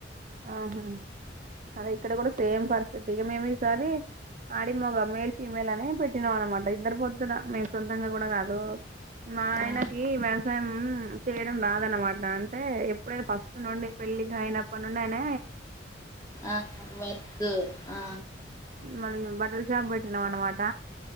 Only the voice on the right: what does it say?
ఆహా అదే ఇక్కడ కూడా సేమ్ పరిస్థితి ఇక మేము ఈ సారి ఆడి మోగ మేల్ ఫీమేల్ అనే పెట్టినాం అనమాట ఇద్దరు పొత్తుల మేము సొంతంగా కూడా కాదు మా
ఆయనకి వ్యవసాయం చేయడం రాదనమాట అంటే ఎప్పుడైనా ఫస్ట్ నుండి పెళ్ళి అయినప్పడి నుండి అయినా
మళ్ళీ బట్టల షాప్ పెట్టినం అనమాట